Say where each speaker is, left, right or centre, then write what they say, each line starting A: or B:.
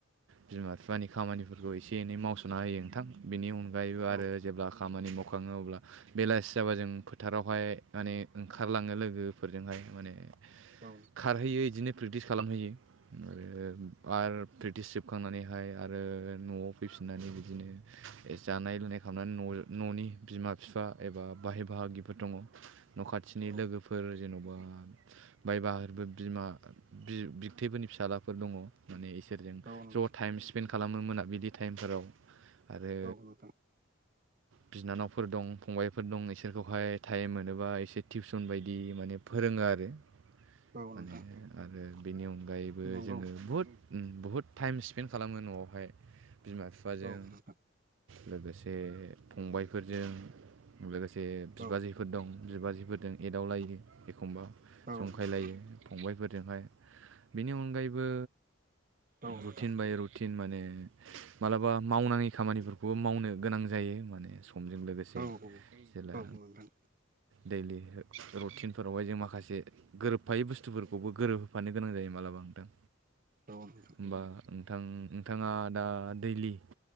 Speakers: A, on the right; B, on the right.
A: बिमा बिफानि खामानिफोरखौ एसे एनै मावस'शना होयो नोंथां। बेनि अनगायैबो आरो
B: औ
A: जेब्ला खामानि माव खाङो अब्ला बेलासि जाबा जों फोथारावहाय माने ओंखारलाङो लोगोफोरजोंहाय माने
B: नोंथां
A: खारहैयो बिदिनो प्रेक्टिस खालामहैयो। आरो आरो प्रिकटिस जोबखांनानैहाय आरो नआव फैफिननानै बिदिनो जानाय गेलेनाय खालामनानै न ननि बिमा बिफा एबा बाहाय बाहागिफोर दङ। न खाथिनि
B: औ
A: लोगोफोर जेनबा बाय बाहागिफोरबो बिमा बिथैफोरनि फिसाज्लाफोर दङ। माने एसे गिदेरफोरजों
B: नोंथां औ
A: ज टाइम स्पेन्ड खालामो मोना बिदि टाइमफोराव आरो
B: नोंथां
A: बिनानावफोर दं फंबायफोर दं इसोरखौहाय टाइम मोनोबा एसे टिउसन बायदि माने फोरोङो आरो
B: औ
A: माने
B: नोंथां
A: आरो बेनि अनगायैबो
B: नंगौ
A: जोङो बुहुद बहुद टाइम स्पेन्ड खालामो नआवहाय बिमा बिफाजों
B: औ नोंथां
A: लोगोसे फंबायफोरजों लोगोसे बिबाजैफोर
B: औ
A: दं। बिबाजिफोरजों एदावलायो एखमबा
B: औ
A: जंखाय
B: नोंथां
A: लायो फंबायाइफोर बेजोंहाय बेनि अनगायैबो
B: औ नोंथां
A: रुटिन बाय रुटिन माने मालाबा मावनाङि खामानिफोरखौबो मावनो गोनां जायो माने। समजों लोगोसे
B: औ औ
A: जेला
B: नोंथां
A: दैइलि रुटिन फोरावहाय जों माखासे गोरोबफायै बुस्थुफोरखौबो गोरोब होफानो गोनां जायो मालाबा नोंथां।
B: औ नोंथां
A: होमबा नोंथां नोंथाङा दा दैइलि